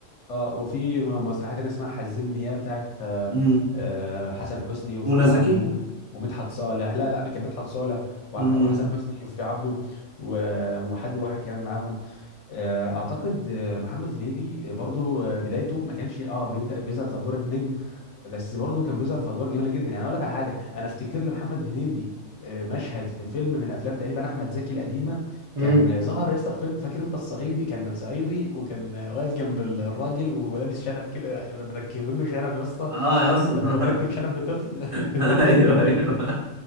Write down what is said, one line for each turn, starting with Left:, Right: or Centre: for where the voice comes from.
Left: اه وفي م- مسرحيه تانيه اسمها حزمني يا بتاعت آه،
Right: م.
Left: آه، حسن حسني وفي
Right: منى
Left: في
Right: زكي
Left: عبده ومدحت صالح لا لا كان مدحت صالح وح-
Right: م.
Left: وحسن حسني وفي عبده و- وحد واحد كمان معاهم آه، اعتقد آه، محمد هنيدي آه، برضو آه، بدايته ما كانش اه بيبدا بيظهر في ادوار النجم بس برضو كان بيظهر في ادوار جميله جدا يعني اقول لك على حاجه انا افتكر لمحمد هنيدي آه، مشهد في فيلم من افلام تقريبا احمد زكي القديمه
Right: امم
Left: كان ظهر يا اسطى في فيلم فاكر انت الصعيدي كان صعيدي وكان واقف جنب الراجل ولابس شنب كده مركبين له شنب يا اسطى
Right: اه
Left: عارف
Right: يا اصلا
Left: انت لما تركب شنب لطفل
Right: <laughs> ايوه
Left: <laughs>
Right: ايوه